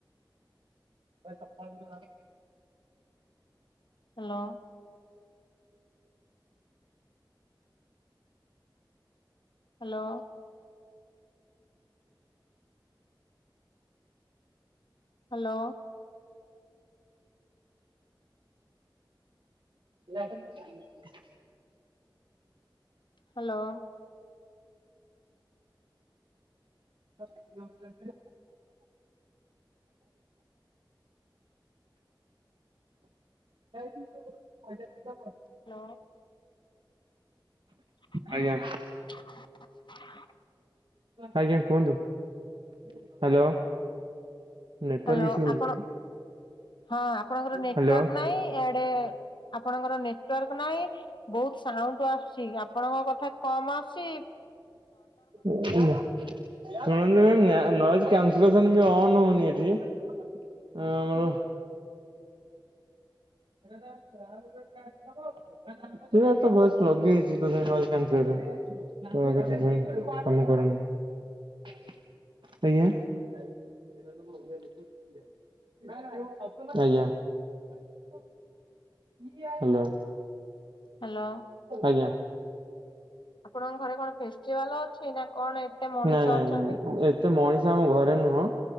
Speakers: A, on the right; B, on the left.
A: ବ ସପ <unintelligible>
B: ହ୍ୟାଲୋ? ହ୍ୟାଲୋ। ହ୍ୟାଲୋ।
A: ନା <unintelligible>
B: ହ୍ୟାଲୋ?
A: <unintelligible> କାଇୁା <inaudible>
B: ହ୍ୟାଲୋ? <unintelligible>
A: ଆଜ୍ଞା ଆଜ୍ଞା କୁହନ୍ତୁ, ହ୍ୟାଲୋ? ନେଟୱାର୍କ
B: ହ୍ୟାଲୋ
A: ଇସୁ ହଉଛି
B: ଆପଣ
A: କି
B: ହଁ ଆପଣଙ୍କର ନେଟୱର୍କ
A: ହ୍ୟାଲୋ
B: ନାହିଁ ଟି ଆ ଆପଣଙ୍କର ନେଟୱାର୍କ ନାହିଁ ବହୁତ ସାଉଣ୍ଡ ଆସୁଛି ଆପଣଙ୍କ କଥା କମ ଆଶୁଛି
A: ଉଁ ଶୁଣନ୍ତୁ ନଏଯ କ୍ୟାନସଲେସନ ବି ଅନ ହଉନି ଏଠି। ହ ଆମର ଭଏସ ଲଗେଇଛି ତଥାପି ନଏଜ କାନ୍ସେଲେସନ । ନଏଜ କାନ୍ସିଲେସନ କାମ କରୁନି, ଆଜ୍ଞା? ଆଜ୍ଞା। ହ୍ୟାଲୋ,
B: ହ୍ୟାଲୋ
A: ଆଜ୍ଞା।
B: ଆପଣଙ୍କ ଘରେ କଣ ଫେଷ୍ଟିଭାଲ ଅଛି ନା କଣ ଏତେ ମଣିଷ
A: ନାଇଁ ନାଇଁ
B: ଅଛନ୍ତି
A: ନାଇଁ ଏତେ ମଣିଷ ଆମ ଘରେ ନୁହଁ,